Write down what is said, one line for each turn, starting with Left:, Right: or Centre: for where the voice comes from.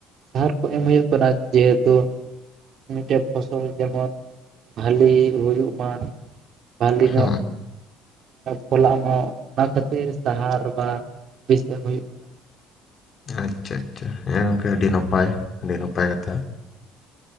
Right: ᱥᱟᱦᱟᱨ ᱠᱚ ᱮᱢ ᱦᱳᱭᱳᱜ ᱠᱟᱱᱟ ᱡᱮᱦᱮᱛᱩ ᱢᱤᱫᱴᱮᱱ ᱯᱷᱚᱥᱚᱞ ᱡᱮᱢᱚᱱ ᱵᱷᱟᱞᱤ ᱦᱩᱭᱩᱜ ᱢᱟ᱾ ᱵᱷᱷᱟᱞᱤ ᱧᱚᱜ
Left: ᱦᱩᱸ
Right: ᱯᱷᱚᱞᱟᱜ ᱮᱢᱚᱜ ᱚᱱᱟ ᱠᱷᱟᱹᱛᱤᱨ ᱥᱟᱦᱟᱨ ᱵᱟ ᱵᱮᱥ ᱮᱢ ᱦᱩᱭᱩᱜ ᱠᱟᱱᱟ
Left: ᱟᱪᱪᱷᱟ ᱟᱪᱪᱷᱟ, ᱦᱮᱸ ᱜᱚᱝᱠᱮ ᱟᱹᱰᱤ ᱱᱟᱯᱟᱭ ᱟᱹᱰᱤ ᱱᱟᱯᱟᱭ ᱠᱟᱛᱷᱟ᱾